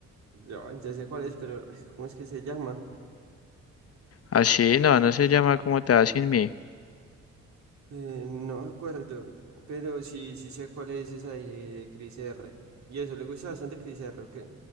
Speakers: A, on the right; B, on the left.
A: ya, ya sé cuál es, pero ay, ¿cómo es que se llama?
B: Así, no, no se llama cómo te va sin mí.
A: Eh, no me acuerdo, pero sí, sí sé cuál es esa de, de Chris R. Y eso, ¿le gusta bastante Chris R o qué?